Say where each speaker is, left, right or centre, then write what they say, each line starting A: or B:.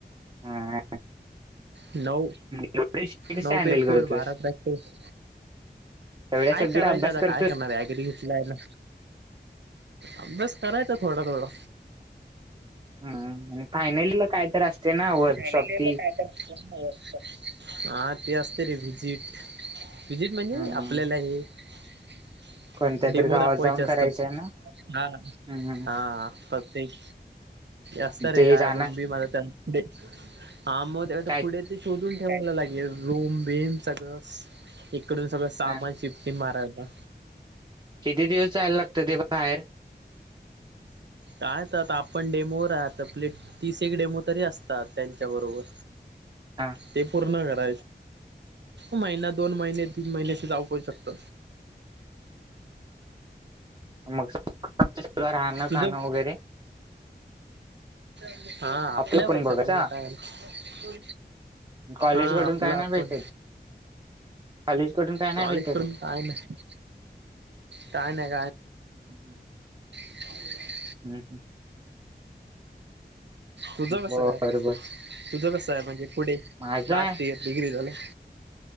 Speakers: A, on the right (about 25°); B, on the right (about 80°).
A: हा
B: नऊ,
A: एवढे विषय कसे
B: नऊ
A: हँडल
B: पेपर
A: करतोस
B: बारा प्रॅक्टिस
A: एवढ्या सब्जेक्ट
B: य करायच
A: अभ्यास
B: आता
A: करतोस
B: काय करणारे ॲग्री घेतलाय ना अभ्यास करायचा थोडा, थोडा
A: हम् आणि फायनलला काय तर असते ना वर्कशॉप
B: फायनल इयरला
A: ती
B: काय हा ते असते रे विजिट, विजिट म्हणजे
A: हम्म.
B: आपल्याला हे
A: कोणत्या
B: डेमो
A: तरी गावात
B: दाखवायच
A: जाऊन
B: असतात
A: करायचंय ना
B: हा,
A: हम्म हम्म.
B: हा प्रत्येक असत रे
A: ते जाणार
B: रुमबी मझ पुढे हा मग तेव
A: काय
B: पुढे ते शोधून ठेवाला लागेल रूम बिम सगळं इकडून सगळं सामान
A: ह
B: शिफ्टींग मारय हं
A: किती दिवस जायला लागत ते बाहेर
B: काय तर आता आपण डेमोवर आहत आपले तीस एक डेमो तरी असतात त्यांच्या बरोबर
A: हा
B: ते पूर्ण वेळा महिना दोन महिने तीन महिन् अस जाऊ पण शकत
A: आ मग तिथे राहणं
B: तुझं
A: खाणं वगैरे
B: हा आपल्या
A: आपलं पण
B: पैशाचं
A: बघायचा
B: मग काय ना
A: कॉलेज
B: हा
A: कडून
B: आपला
A: काय नाही
B: आपण
A: भेटत कॉलेज कडून काय नाही
B: कॉलेज
A: भेटत
B: कडून काय नाही, काय नाही
A: हम्म
B: ह
A: ह, ह
B: तुझं कसं
A: बर
B: काय?
A: बर
B: तुझं कसं हाय म्हणजे पुढे
A: माझा
B: लास्ट
A: आहे
B: इयर डिग्री झालं <inaudible>